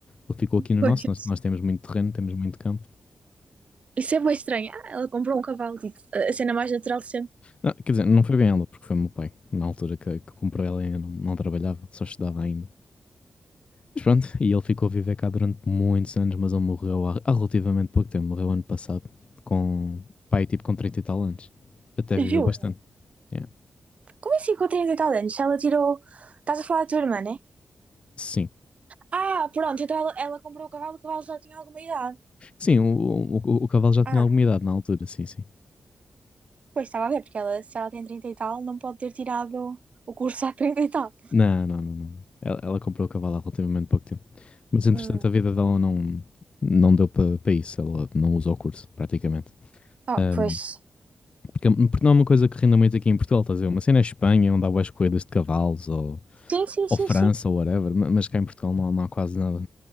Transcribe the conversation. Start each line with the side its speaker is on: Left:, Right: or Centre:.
Left: ele ficou aqui no
Right: Pois.
Left: nosso. Nós, nós temos muito terreno, temos muito campo.
Right: Isso é bem estranho. Ah, ela comprou um cavalo, tipo, a a cena mais natural de sempre.
Left: Ah, quer dizer, não foi bem ela, porque foi o meu pai. Na altura que, que comprou ela, ainda não, não trabalhava, só estudava ainda. Mas pronto, e ele ficou a viver cá durante muitos anos, mas ele morreu há, há relativamente pouco tempo, morreu ano passado, com pai tipo com 30 e tal anos. Até viveu
Right: Viu?
Left: bastante. Yeah.
Right: Como é assim com 30 e tal anos? Se Ela tirou. Estás a falar da tua irmã, né?
Left: Sim.
Right: Ah, pronto, então ela, ela comprou o cavalo, o cavalo já tinha alguma idade.
Left: Sim, o, o, o- o cavalo já tinha
Right: Ah,
Left: alguma idade na altura, sim, sim.
Right: pois estava a ver, porque ela, se ela tem 30 e tal, não pode ter tirado o curso há 30 e tal.
Left: Não, não, não, não. Ela, ela comprou o cavalo há relativamente pouco tempo. Mas entretanto
Right: Hum.
Left: a vida dela não, não deu para isso, ela não usou o curso, praticamente.
Right: Ah,
Left: Ahm,
Right: pois.
Left: porque, porque não é uma coisa que renda muito aqui em Portugal, estás a ver? Uma cena é Espanha, onde há boas corridas de cavalos, ou,
Right: Sim, sim, sim,
Left: ou França,
Right: sim.
Left: ou whatever, ma- mas cá em Portugal não, não há quase nada.